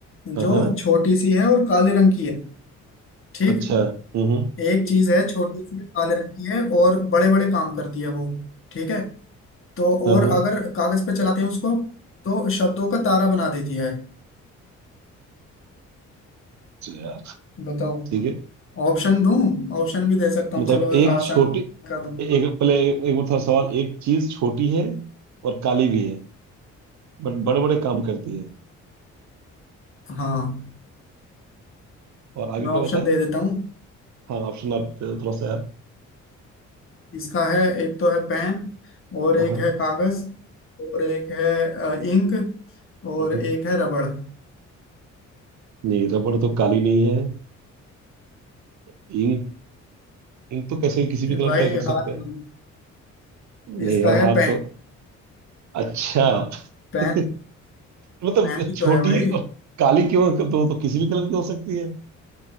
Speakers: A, on the right; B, on the left.
A: हाँ
B: जो
A: हाँ
B: छोटी सी है और काले रंग की है ठीक
A: अच्छा हम्म हम्म,
B: एक चीज है छोटी सी काले रंग की है और बड़े बड़े काम करती है वो ठीक है तो
A: हाँ
B: और
A: हाँ
B: अगर कागज पे चलाते हैं उसको तो शब्दों का तारा बना देती है
A: अच्छा, यार
B: बताओ
A: ठीक है
B: ऑप्शन दूं ऑप्शन भी दे सकता हूँ
A: मतलब
B: चलो
A: एक
B: आसान
A: छोटी
B: कर दूं
A: ए- एक पहले एक, एक मतलब सवाल एक चीज छोटी है और काली भी है बट बड़े बड़े काम करती है
B: हाँ
A: और आगे
B: मैं
A: क्या
B: ऑप्शन
A: बताए
B: दे देता हूँ
A: हाँ ऑप्शन आप थोड़ा सा यार
B: इसका है एक तो है पेन और
A: हाँ
B: एक
A: हाँ
B: है कागज और एक है इंक और
A: हम्म, हम्म।
B: एक है रबड़
A: नहीं रबड़ तो काली नहीं है इंक इंक तो कैसे भी किसी भी कलर
B: भाई
A: का कर सकते
B: हार मानो
A: हैं नहीं
B: इसका
A: यार
B: है
A: हार
B: पेन
A: तो अच्छा
B: पेन
A: <laughs> मतलब
B: पेन ही
A: छोटी
B: तो है भाई
A: और काली क्यों तो, तो किसी भी कलर की हो सकती है